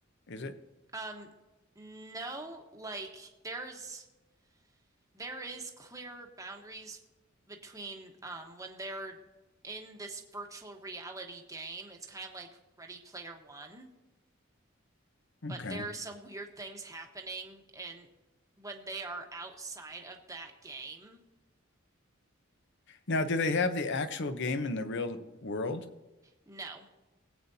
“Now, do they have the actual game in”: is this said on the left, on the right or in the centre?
Left